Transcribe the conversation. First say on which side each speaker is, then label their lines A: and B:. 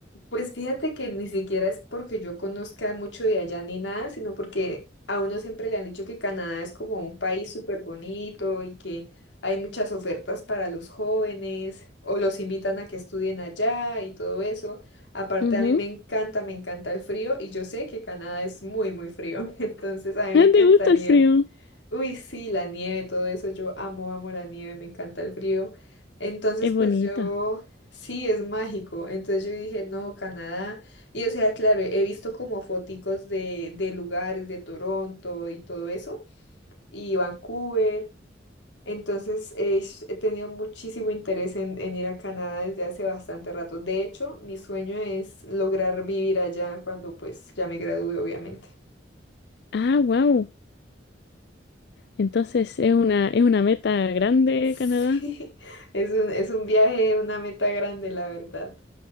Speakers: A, on the left; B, on the left.
A: Pues fíjate que ni siquiera es porque yo conozca mucho de allá ni nada, sino porque a uno siempre le han dicho que Canadá es como un país súper bonito y que hay muchas ofertas para los jóvenes o los invitan a que estudien allá y todo eso. Aparte
B: Ujú.
A: a mí me encanta, me encanta el frío y yo sé que Canadá es muy, muy frío, <laughs> entonces a mí me
B: Ah,
A: encantaría.
B: ¿Te gusta el frío?
A: Uy, sí, la nieve, todo eso, yo amo, amo la nieve, me encanta el frío. Entonces,
B: Es
A: pues
B: bonita.
A: yo Sí, es mágico. Entonces yo dije, no, Canadá. Y o sea, claro, he visto como foticos de, de lugares de Toronto y todo eso, y Vancouver. Entonces eh, sh- he tenido muchísimo interés en, en ir a Canadá desde hace bastante rato. De hecho, mi sueño es lograr vivir allá cuando pues ya me gradúe, obviamente.
B: Ah, wow. Entonces es una, es una meta grande,
A: <laughs> Sí,
B: Canadá.
A: es un, es un viaje, una meta grande, la verdad.